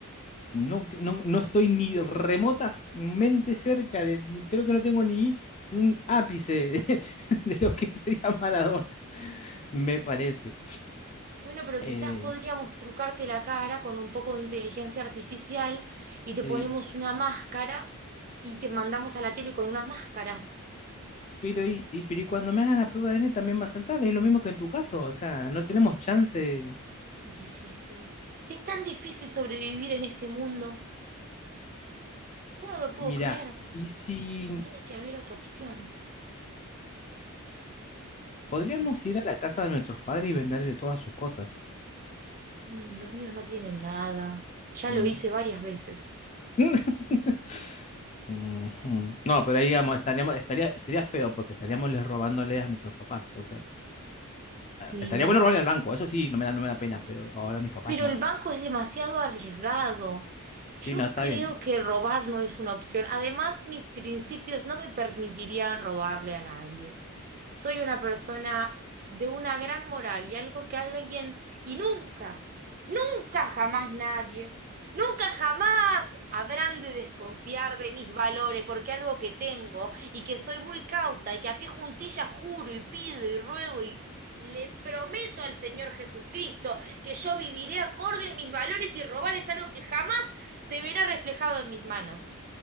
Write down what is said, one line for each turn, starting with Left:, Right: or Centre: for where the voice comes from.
Left: no, no, no estoy ni remotamente cerca de, ni, creo que no tengo ni un ápice de, <laughs> de lo que sería Maradona, me parece.
Right: Bueno, pero
Left: Eh,
Right: quizás podríamos trucarte la cara con un poco de inteligencia artificial y te
Left: sí.
Right: ponemos una máscara y te mandamos a la tele con una máscara.
Left: Pero y, y- pero y cuando me hagan la prueba de ADN también va a saltar, es lo mismo que en tu caso, o sea, no tenemos chance.
Right: Es difícil. Es tan difícil sobrevivir en este mundo. Yo no lo puedo
Left: Mirá,
Right: creer.
Left: ¿y si
Right: Tiene que haber otra opción.
Left: podríamos
Right: No lo sé.
Left: ir a la casa de nuestros padres y venderle todas sus cosas?
Right: Mm, los míos no tienen nada. Ya
Left: Mm.
Right: lo hice varias veces.
Left: <laughs> Ujú. No, pero ahí digamos, estaríamos, estaría, sería feo porque estaríamos les robándole a nuestros papás. O sea,
Right: Sí,
Left: estaría
Right: no.
Left: bueno robarle al banco, eso sí, no me da, no me da pena, pero robarle a mis papás
Right: Pero
Left: no.
Right: el banco es demasiado arriesgado. Yo
Left: Sí, no, está
Right: creo
Left: bien.
Right: que robar no es una opción. Además, mis principios no me permitirían robarle a nadie. Soy una persona de una gran moral y algo que alguien, y nunca, nunca jamás nadie, nunca jamás habrán de desconfiar de mis valores porque algo que tengo y que soy muy cauta y que a pie juntillas juro y pido y ruego y le prometo al Señor Jesucristo que yo viviré acorde a mis valores y robar es algo que jamás se verá reflejado en mis manos.